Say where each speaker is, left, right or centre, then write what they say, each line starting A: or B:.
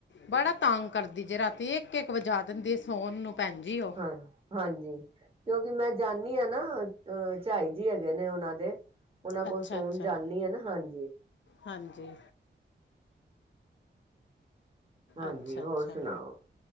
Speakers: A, on the left (about 80°); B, on the right (about 30°).
A: ਬੜਾ ਤੰਗ ਕਰਦੀ ਜੇ ਰਾਤੀ ਇੱਕ-ਇੱਕ ਵਜਾ ਦਿੰਦੀ ਸੋਹਣ ਨੂੰ ਭੈਣਜੀ ਓ
B: ਹਾਂ ਹਾਂਜੀ ਕਿਉਂਕਿ ਮੈਂ ਜਾਂਦੀ ਹਾਂ ਨਾ ਅਹ ਝਾਈ ਜੀ ਹੈਗੇ ਨੇ ਉਹਨਾਂ ਦੇ ਉਹਨਾਂ ਕੋਲ
A: ਅੱਛਾ
B: ਸੋਣ
A: ਅੱਛਾ
B: ਜਾਨੀ ਆ ਨਾ ਹਾਂਜੀ
A: ਹਾਂਜੀ
B: ਹਾਂਜੀ
A: ਅੱਛਾ
B: ਹੋਰ
A: ਅੱਛਾ
B: ਸੁਣਾਓ